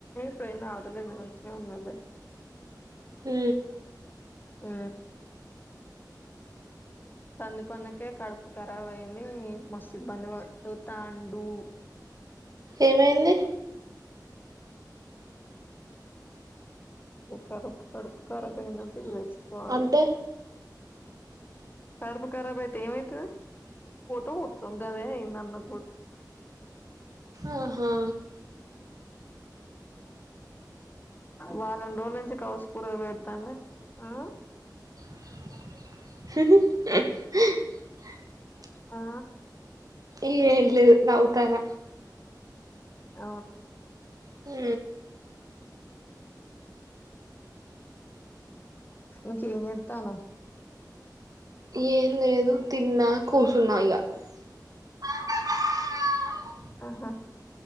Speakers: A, on the left; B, on the right.
A: ఫ్రైన్ అదల ఉంత ఉన్ మళ
B: ఉ
A: ఉ సందీప్ అన్నకి కడుపు ఖరాబ్ అయింది మస్తు ఇబ్బంది పడు తాండు
B: ఏమైంది
A: కడుపు కడుపు ఖరాబు అయిందని తెలుసు పోవాలి
B: అంటే
A: ఇగ కడుపు కరాబ్ అయితే ఏమైతుది పోతాం వత్తాం గదే అయిది అన్నకు కూడా
B: ఆహా
A: వారం రోజుల నుంచి కౌసు కూరలు పెడతాన ఆ
B: ఉ
A: ఆ
B: ఏం లేదు నవ్వుతున్న
A: అవును
B: ఉ
A: ఇంకా ఏం చేతన్నావ్
B: ఏం లేదు తిన్నా కూర్చున్నా ఇగ కోడి అరుపు
A: ఆహా